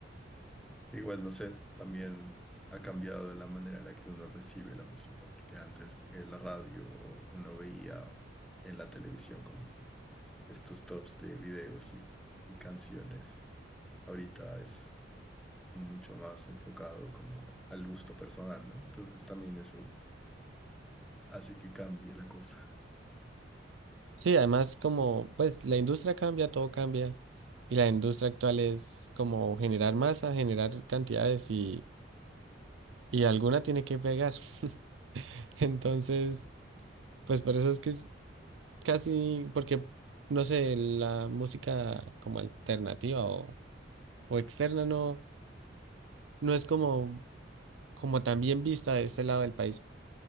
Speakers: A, in the centre; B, on the right.
A: Igual, no sé, también ha cambiado la manera en la que uno recibe la música, porque antes en la radio o uno veía en la televisión como estos tops de videos y, y canciones. Ahorita es mucho más enfocado como al gusto personal, ¿no? Entonces también eso hace que cambie la cosa.
B: Sí, además, como, pues, la industria cambia, todo cambia. Y la industria actual es como generar masa, generar cantidades y, y alguna tiene que pegar. <laughs> Entonces, pues por eso es que casi porque, no sé, la música como alternativa o, o externa no, no es como, como tan bien vista de este lado del país.